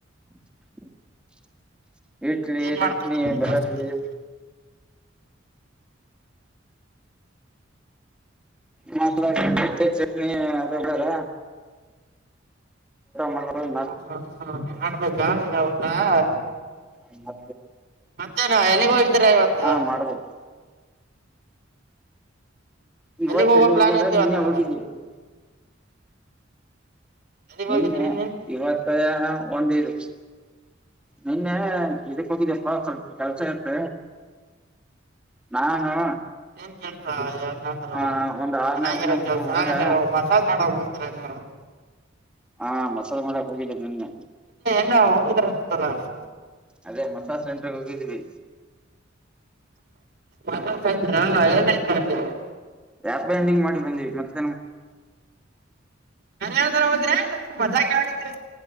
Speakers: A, in the centre; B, on the right.
A: <inaudible> ಇಡ್ಲಿ
B: ಏನ್
A: ಚಟ್ನ
B: ಮಾಡ್ತಾ ಇದ್ರ ನಿಮ್
A: ಬರಾಟ್ಲಿ
B: ಹಾಸ್ಟೆಲ್
A: ಮತ್ <unintelligible> ನೀ ಅರ ಮಾಡ ನಾ
B: ಹಾ ಹಾ ಹಾ ಮಾಡ್ಬೇಕಾ ಊಟ ಈಗ.
A: ಹ್ಮ
B: ಮತ್ತೇನಾ ಎಲ್ಲಿಗೆ ಹೋಗಿದ್ದೀರ ಇವತ್ತು.
A: ಹಾ
B: <inaudible>
A: ಮಾಡ್ಬೇಕು ಇವತ್ತಲ್ಲಿ
B: ಎಲ್ಲಿಗ್ ಹೋಗೋ
A: ಹೋಗಿಲ್ಲ
B: ಪ್ಲಾನ್ ಐತಿ
A: ನಿನ್ನೆ
B: ಇವತ್ ನಿಮ್ಗ
A: ಹೋಗಿದ್ದೀವಿ. <inaudible>
B: ಎಲ್ಲಿಗ್
A: ನಿನ್ನೆ
B: ಹೋಗಿದ್ರಿ
A: ಇವತ್ತ್ ಒಂದೈದುಷ ನಿನ್ನೆ ಇದಕ್ಕ ಹೋಗಿದಪ್ಪಾ ಸ್ವಲ್ಪ ಕೆಲಸ ಇತ್ತ ನಾನು.
B: ಏನ್ ಕೆಲಸಾದ್ರೂ
A: ಆ ಒಂದ್
B: <inaudible>
A: ಆರ್ನೇ
B: ಚೆನ್ನಾಗಿರೋ
A: ರೂಮ್ನಾಗ ಇದ್ದ
B: ಕೆಲ್ಸ
A: ಹುಡುಗ
B: ಮಸಾಜ್ ಮಾಡ್ ಹಾ ಹಾ <inaudible>
A: ಹಾ ಮಸಾಜ್ ಮಾಡಕ್ ಹೋಗಿದ್ದೇನ ನಿನ್ನೆ.
B: ಇಲ್ಲ ಹೋಗಿದ್ರಂತಲ್ಲ <unintelligible>
A: ಅದೇ ಮಸಾಜ್ ಸೆಂಟ್ರೋಗಿದೀವಿ.
B: ಮಸಾಲ್ ಸೆಂಟರ್ ಅಲ್ಲಿ ಏನಾಯ್ತು ಅಲ್ಲಿ. <inaudible>
A: ಯಾಪೈ ಎಂಡಿಂಗ್ ಮಾಡಿ ಬಂದಿವಿ ಮತ್ತ್
B: ನಾನ್ ಅಂದ್ರೆ ಹೋಗ್ರೆ ಮಜಾಗ್ ಹಗಿದ್ರರಿ.